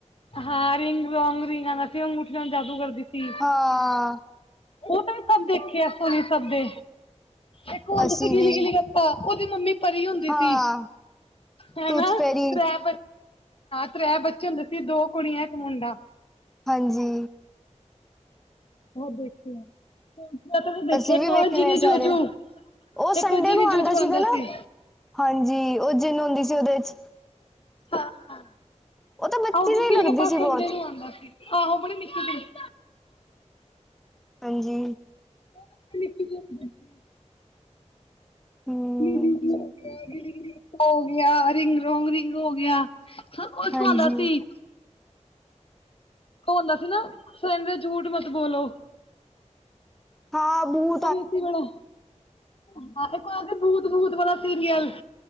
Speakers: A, on the left (about 50°); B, in the centre.
A: ਹਾਂ, ਰਿੰਗ ਰੋਂਗ ਰਿੰਗ ਆਂਦਾ ਸੀ। ਓ ਅੰਗੂਠੀ ਨਾਲ ਜਾਦੂ ਕਰਦੀ ਸੀ।
B: ਹਾਂ।
A: ਓ ਤਾਂ ਮੈਂ ਸਭ ਦੇਖੇ ਆ ਸੋਨੀ ਸਭ ਦੇ ਇੱਕ ਓ ਆਂਦਾ
B: ਅਸੀਂ
A: ਸੀ। ਗਿੱਲੀ
B: ਵੀ
A: ਗਿਲੀ ਗੱਪਾਂ ਓਦੀ ਮੰਮੀ ਪਰੀ ਹੁੰਦੀ
B: ਹਾਂ
A: ਸੀ ਹੈ
B: ਟੂਥ
A: ਨਾ।
B: ਫੈਰੀ
A: <unintelligible> ਸੀ ਹਾਂ ਤ੍ਰੈ ਬੱਚੇ ਹੁੰਦੇ ਸੀ ਦੋ ਕੁੜੀਆਂ ਇੱਕ ਮੁੰਡਾ।
B: ਹਾਂਜੀ।
A: ਹੋਰ ਦੇਖੋ। ਤੂਸੀ ਦੇਖਿਆ
B: ਅਸੀਂ
A: ਇੱਕ
B: ਵੀ
A: ਓ
B: ਵੇਖਣੇ
A: ਜੀਨੀ ਜੂਜੂ
B: ਸਾਰੇ ਉਹ ਸੰਡੇ
A: ਇੱਕ ਓ ਜੀਨੀ
B: ਨੂੰ ਆਉਂਦਾ
A: ਜੂਜੂ
B: ਸੀਗਾ
A: ਆਂਦਾ
B: ਨਾ
A: ਸੀ।
B: ਹਾਂਜੀ ਓ ਜਿੰਨ ਹੁੰਦੀ ਸੀ ਉਹਦੇ ਚ।
A: ਹਾਂ,
B: ਉਹ ਤਾਂ ਬੱਚੀ
A: ਗਿਲੀ
B: ਜਿਹੀ
A: ਗਿਲੀ
B: ਲੱਗਦੀ
A: ਗੱਪਾਂ
B: ਸੀ
A: ਫੋਨ
B: ਬਹੁਤ
A: ਤੇ ਵੀ ਆਉਂਦਾ ਸੀ ਆਹੋ ਬੜੀ ਨਿੱਕੀ ਜੀ।
B: ਹਾਂਜੀ।
A: <inaudible>
B: ਹਮ
A: ਗਿੱਲੀ ਗਿੱਲੀ ਗੱਪਾਂ ਹੋ ਗਿਆ ਰਿੰਗ ਰੋਂਗ ਰਿੰਗ ਹੋ ਗਿਆ। ਹਾਂ, ਇਕ
B: ਹਾਂਜੀ
A: ਓ ਆਂਦਾ ਸੀ। ਓ ਆਂਦਾ ਸੀ ਨਾ ਸਜਨ ਜੂਠ ਮਤ ਬੋਲੋ।
B: ਹਾਂ ਬੂ
A: <unintelligible> ਬੂਤ ਬੂਤ ਵਾਲਾ ਸੀਰੀਅਲ।